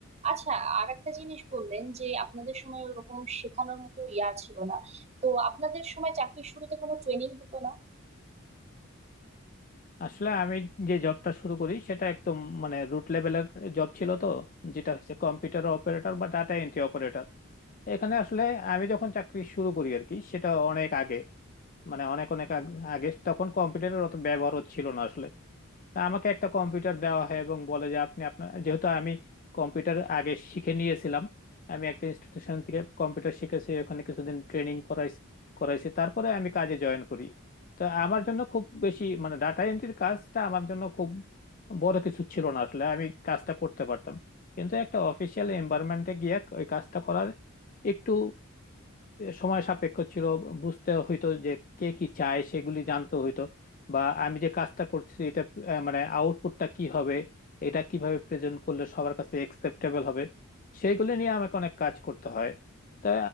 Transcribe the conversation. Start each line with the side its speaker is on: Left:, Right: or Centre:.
Right: আচ্ছা আর একটা জিনিস বললেন যে আপনাদের সময় ওরকম শেখানোর মতো ইয়া ছিল না তো আপনাদের সময় চাকরির শুরুতে কোনো ট্রেনিং হতো না
Left: আসলে আমি যে জবটা শুরু করি সেটা একদম মানে রুট লেভেলের জব ছিল তো যেটা হচ্ছে কম্পিউটার অপারেটর বা ডাটা এন্ট্রি অপারেটর এখানে আসলে আমি যখন চাকরি শুরু করি আর কি সেটা অনেক আগে মানে অনেক অনেক আগ- আগে তখন কম্পিউটারের অত ব্যবহারও ছিল না আসলে তা আমাকে একটা কম্পিউটার দেওয়া হয় এবং বলে যে আপনি আপনার যেহেতু আমি কম্পিউটার আগে শিখে নিয়েছিলাম আমি একটা ইনস্টিটিউশন থেকে কম্পিউটার শিখেছি ওখানে কিছুদিন ট্রেনিং করাইছি করাইছি তারপরে আমি কাজে জয়েন করি তো আমার জন্য খুব বেশি মানে ডাটা এন্ট্রির কাজটা আমার জন্য খুব বড় কিছু ছিল না আসলে আমি কাজটা করতে পারতাম কিন্তু একটা অফিসিয়াল এনভায়রনমেন্টে গিয়ে ওই কাজটা করার একটু সময় সাপেক্ষ ছিল বুঝতে হইতো যে কে কি চায় সেগুলি জানতে হইতো বা আমি যে কাজটা করছি এটা আহ, মানে আউটপুটটা কি হবে এটা কিভাবে প্রেজেন্ট করলে সবার কাছে একসেপ্টেবল হবে সেইগুলি নিয়ে আমাকে অনেক কাজ করতে হয় তা